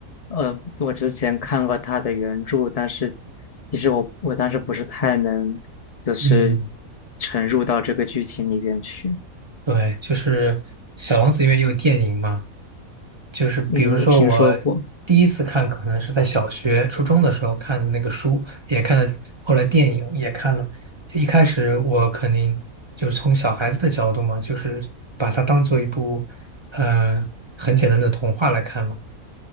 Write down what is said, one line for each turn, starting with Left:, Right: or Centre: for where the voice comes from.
Left: 呃，我之前看过他的原著，但是其实我我当时不是太能，就是
Right: 嗯，
Left: 沉入到这个剧情里边去。
Right: 对，就是《小王子》因为也有电影嘛。就是比如说我
Left: 嗯，我听说过，
Right: 第一次看可能是在小学、初中的时候看的那个书，也看了，后来电影也看了。就一开始我肯定就是从小孩子的角度嘛，就是把它当做一部嗯、呃很简单的童话来看嘛。